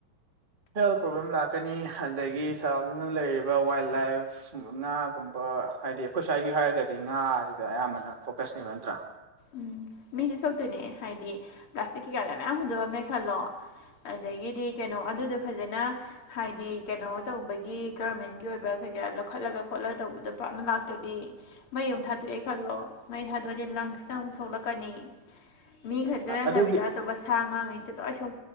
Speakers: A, on the right (about 20°); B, on the left (about 40°).
A: ꯍꯦꯜꯊ ꯄ꯭ꯔꯣꯕ꯭ꯂꯦꯝ ꯂꯥꯛꯀꯅꯤ ꯑꯗꯒꯤ ꯁꯔꯥꯎꯟꯗꯤꯡꯗ ꯂꯩꯔꯤꯕ ꯋꯥꯏꯜ ꯂꯥꯏꯐ ꯉꯥꯒꯨꯝꯕ ꯍꯥꯏꯗꯤ ꯑꯩꯈꯣꯏ ꯁ꯭ꯋꯥꯏꯒꯤ ꯍꯥꯏꯔꯒꯗꯤ ꯉꯥꯁꯤꯗ ꯑꯌꯥꯝꯕꯅ ꯐꯣꯀꯁꯅꯦꯕ ꯅꯠꯇ꯭ꯔꯥ
B: ꯎꯝ ꯃꯤꯁꯨ ꯁꯣꯛꯇꯣꯏꯅꯦ ꯍꯥꯏꯗꯤ ꯄ꯭ꯂꯥꯁꯇꯤꯛ ꯀꯩꯀꯥꯗ ꯃꯌꯥꯝ ꯍꯨꯟꯗꯣꯛ ꯑꯝꯃꯦ ꯈꯜꯂꯣ ꯑꯗꯒꯤꯗꯤ ꯀꯩꯅꯣ ꯑꯗꯨꯗꯣ ꯐꯖꯅ ꯍꯥꯏꯗꯤ ꯀꯩꯅꯣ ꯇꯧꯕꯒꯤ ꯒꯔꯃꯦꯟꯒꯤ ꯑꯣꯏꯕ ꯀꯩꯀꯥ ꯂꯧꯈꯠꯂꯒ ꯈꯣꯠꯂꯒ ꯇꯧꯕꯗꯣ ꯄꯥꯛꯅ ꯂꯥꯛꯇ꯭ꯔꯗꯤ ꯃꯩ ꯑꯃ ꯊꯥꯗꯣꯛꯑꯦ ꯈꯜꯂꯣ ꯃꯩ ꯊꯥꯗꯣꯛꯑꯗꯤ ꯂꯪꯁ ꯪ ꯁꯣꯛꯂꯛꯀꯅꯤ ꯃꯤ ꯈꯛꯇ ꯅꯠꯇꯕꯤꯗ
A: ꯑꯗꯨꯒꯤ
B: ꯑꯇꯣꯞꯄ ꯁꯥ ꯉꯥꯉꯩꯁꯨ ꯂꯣꯏ ꯁꯣꯛ